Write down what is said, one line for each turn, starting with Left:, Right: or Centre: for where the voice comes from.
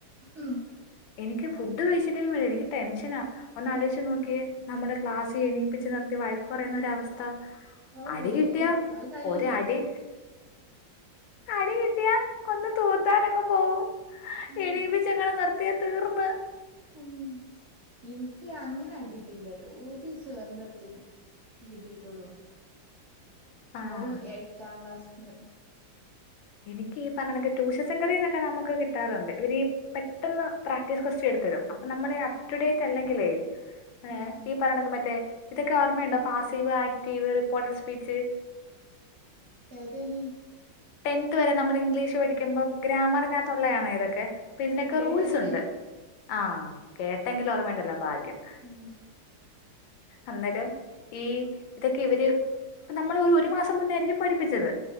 Right: ഉം
Left: എനിക്ക് ഫുഡ് കഴിച്ചിട്ടേ വേല എനിക്ക് ടെൻഷനാ ഒന്ന് ആലോചച്ച് നോക്കിയേ നമ്മുടെ ക്ലാസ് എനിപ്പിച്ചച്ച് നിർത്തി വഴക്കു പറയുന്ന ഒരവസ്ഥ
Right: ഔ ഊഹ്
Left: അടി കിട്ടിയാ
Right: അയ് കൈയൂല
Left: ഒരടി അടി കിട്ടിയ ഒന്ന് തൂത്താനങ് പോവും
Right: ഉം
Left: എണീപി പിച്ച് എങ്ങാനും നിർത്തിയ തീർന്ന്
Right: ഉം എനിക്ക് അങ്ങനെ അടിട്ടീലാട്ടോ ഒരു സേറിന്റെ അടുത്ത് കിട്ടീട്ടുള്ളു
Left: ആ
Right: അവും എട്ടാം ക്ലാസ്ന്ന്
Left: എനിക്ക് ഈ പറയണെങ്ക ടൂഷസെന്റെറിന്നൊക്കെ നമുക്ക് കിട്ടാറുണ്ട് ഇവര് പെട്ടന്ന് പ്രാക്ടീസ് ക്വസ്റ്റ്യൻ എടുത്തിടും അപ്പൊ നമ്മള് അപ്ടുഡേറ്റ് അല്ലെങ്കിലേ ഏ
Right: ഉം
Left: ഈ പറയണക്ക് മറ്റേ ഇതൊക്കെ ഓർമ്മയുണ്ടോ പാസീവ് ആക്റ്റീവ് റിപ്പോർട്ടർ സ്പീച്ച്
Right: ഏതായിനി
Left: ടെൻത് വരെ നമ്മള് ഇംഗ്ലീഷ് പഠിക്കുമ്പോ ഗ്രാമറിനകത്ത് ഉള്ളതാണേ ഇതൊക്കെ അപ്പ ഇതിനൊക്കെ
Right: കേട്ട്ക്ക്ണ്
Left: റൂൾസ് ഉണ്ട് ആ കേട്ടെങ്കിലും ഓർമ്മയുണ്ടല്ലോ ഭാഗ്യം
Right: ഉം
Left: അന്നേരം ഈ ഇതൊക്കെ ഇവര് നമ്മള് ഒരു ഒരു മാസം മുന്നെ ആയിരിക്കും പഠിപ്പിച്ചത്.